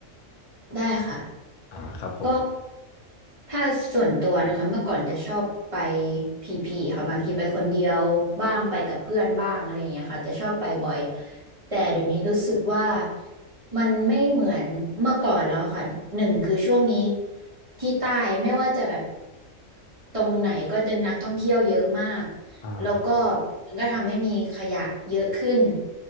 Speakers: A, on the right; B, on the left.
A: ได้ค่ะ
B: อ่าครับผม
A: ก็ ถ้าส่วนตัวนะคะเมื่อก่อนจะชอบไปพีพีค่ะบางทีไปคนเดียวบ้างไปกับเพื่อนบ้างอะไรอย่างเงี้ยค่ะจะชอบไปบ่อยแต่เดี๋ยวนี้รู้สึกว่ามันไม่เหมือนเมื่อก่อนแล้วค่ะหนึ่งคือช่วงนี้ที่ใต้ไม่ว่าจะแบบตรงไหนก็จะนักท่องเที่ยวเยอะมาก
B: อ่า
A: แล้วก็มันก็ทำให้มีขยะเยอะขึ้น